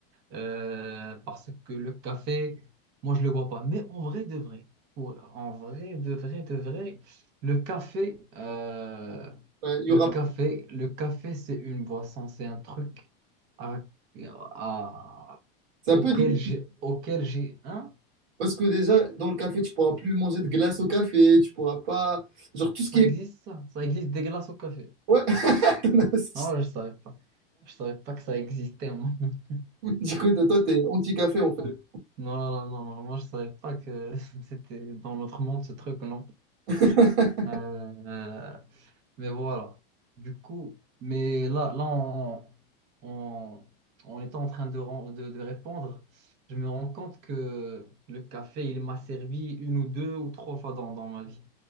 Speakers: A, on the right; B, on the right.
A: Euh, parce que le café, moi, je le bois pas. Mais en vrai de vrai, pour, en vrai de vrai de vrai, le café, euh,
B: Euh, il
A: le
B: y aura...
A: café, le café, c'est une boisson, c'est un truc à, à-
B: C'est
A: auquel
B: un peu difficile
A: j'ai, auquel j'ai, hein?
B: parce que déjà, dans le café, tu pourras plus manger de glace au café. Tu pourras pas. Genre, tout ce
A: Ça
B: qui est.
A: existe, ça? Ça existe des glaces au café.
B: Ouais. <laughs>
A: Non, je savais pas. Je savais pas que ça existait, moi. <laughs>
B: Du coup, toi, t'es anti-café en fait.
A: Non, non, non, non, moi, je savais pas que <laughs> c'était dans notre monde, ce truc, non.
B: <laughs>
A: Euh, Mais voilà. Du coup, mais là, là en, en, en étant en train de, ren- de, de répondre, je me rends compte que le café, il m'a servi une ou deux ou trois fois dans, dans ma vie.